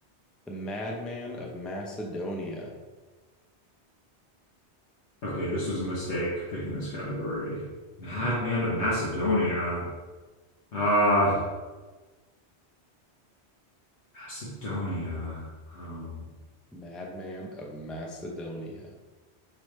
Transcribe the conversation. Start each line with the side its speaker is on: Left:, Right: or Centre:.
Centre: The madman of Macedonia.
Left: Okay, this was a mistake picking this category. Madman of Macedonia. Uh, Macedonia. Um,
Centre: <laughs> Madman of Macedonia.